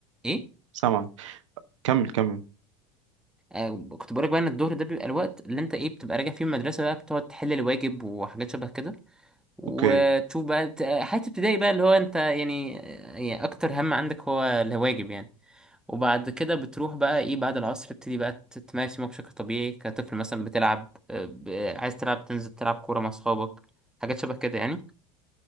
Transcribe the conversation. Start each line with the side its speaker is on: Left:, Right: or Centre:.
Centre: إيه
Right: سامعك كمل كمل
Centre: آه، كنت بقولك بقى إن الظهر ده بيبقى الوقت اللي أنت إيه بتبقى راجع فيه من المدرسة بقى بتقعد تحل الواجب وحاجات شبه كده وتشوف
Right: اوكي
Centre: بقى ت- حياة ابتدائي بقى اللي هو أنت يعني آه، يعني أكتر هم عندك هو الواجب يعني وبعد كده بتروح بقى ايه بعد العصر تبتدي بقى ت- تمارس يومك بشكل طبيعي كطفل مثلا بتلعب آه، ب- عايز تلعب تنزل تلعب كورة مع اصحابك حاجات شبه كده يعني